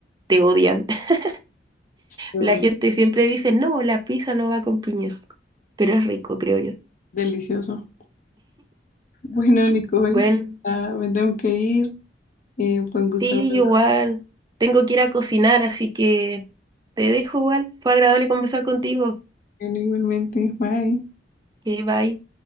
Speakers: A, on the right; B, on the left.
A: te odian. <laughs>
B: Pero
A: La gente siempre dice, no, la pizza no va con piñas, pero es rico, creo yo.
B: Delicioso. Bueno, Nicole,
A: Bueno,
B: ah, me tengo que ir. Eh, pues gusto
A: sí,
B: hablar
A: yo igual tengo que ir a cocinar, así que te dejo igual. Fue agradable conversar contigo.
B: igualmente. Bye.
A: Que bye.